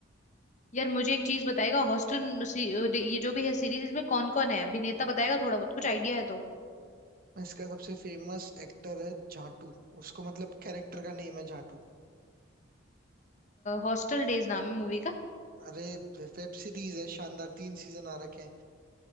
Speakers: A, on the left; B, on the right.
A: यार मुझे एक चीज बताएगा हॉस्टल ये जो भी है सीरीज इसमें कौन कौन है अभिनेता बताएगा थोड़ा बहुत कुछ आइडिया है तो
B: इसका सबसे फेमस एक्टर है जाटू उसको मतलब कैरेक्टर का नेम है जाटू
A: हॉस्टल डेज नाम है मूवी का
B: अरे वेब सीरीज है शानदार तीन सीजन आ रखे हैं